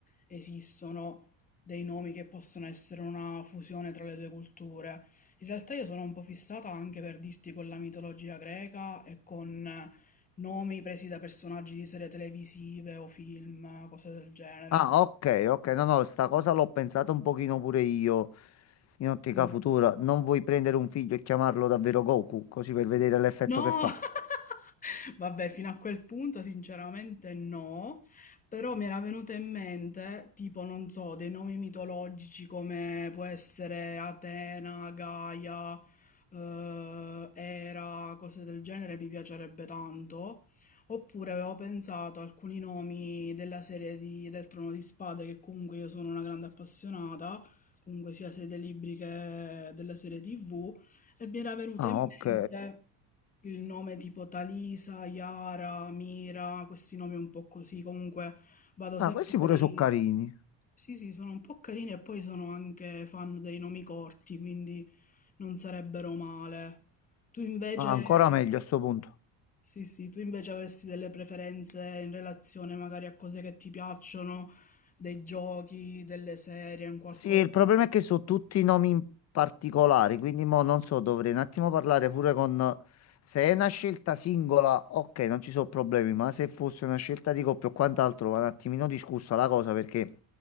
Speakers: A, on the left; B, on the left.
A: esistono dei nomi che possono essere una fusione tra le due culture. In realtà io sono un po' fissata anche per dirti con la mitologia greca e con eh, nomi presi da personaggi di serie televisive o film, cose del genere.
B: Ah, ok, ok, no, no, sta cosa l'ho pensata un pochino pure io in ottica
A: Sì.
B: futura. Non vuoi prendere un figlio e chiamarlo davvero Goku, così per vedere l'effetto
A: No!
B: che fa.
A: <laughs> Vabbè, fino a quel punto sinceramente no, però mi era venuta in mente, tipo, non so, dei nomi mitologici come può essere Atena, Gaia, eh, Era, cose del genere, mi piacerebbe tanto. Oppure avevo pensato a alcuni nomi della serie di- del Trono di Spade, che comunque io sono una grande appassionata, comunque sia sia dei libri che della serie TV. E mi era venuto
B: Ah,
A: in
B: ok.
A: mente il nome tipo Talisa, Yara, Mira, questi nomi un po' così. Comunque vado
B: Ah,
A: sempre
B: questi pure
A: per i...
B: sono carini.
A: Sì, sì, sono un po' carini e poi sono anche fan dei nomi corti, quindi non sarebbero male. Tu invece...
B: Ah, ancora meglio a sto punto.
A: Sì, sì, tu invece avresti delle preferenze in relazione magari a cose che ti piacciono, dei giochi, delle serie, un qualcosa.
B: Sì, il problema è che so tutti i nomi in particolare, quindi mo non so, dovrei un attimo parlare pure con... Se è una scelta singola, ok, non ci sono problemi, ma se fosse una scelta di coppia o quant'altro, va un attimino discussa la cosa perché